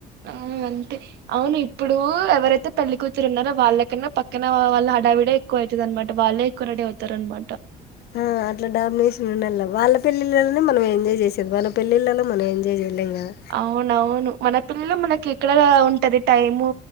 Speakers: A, on the right; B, on the left.
A: అవును అంతే అవును ఇప్పుడు ఎవరైతే పెళ్ళి కూతురు ఉన్నారో వాళ్ళకన్నా పక్కన వాళ్ళ హడావిడే ఎక్కువ అవుతది అన్నమాట వాళ్ళే ఎక్కువ రడీ అవుతారనమాట
B: ఆ అట్లా డామినేషన్ ఉండల్ల వాళ్ళ పెళ్లిలోనే మనం ఎంజాయ్ చేసేది మన పెళ్లిళ్లలో మనం ఎంజాయ్ చేయలేం కదా
A: అవునవును మన పెళ్లిలో మనకి ఎక్కడ ఉంటది టైము